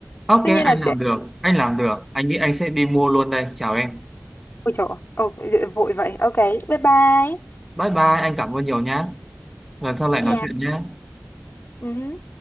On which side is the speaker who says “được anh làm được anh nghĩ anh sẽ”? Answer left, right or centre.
Centre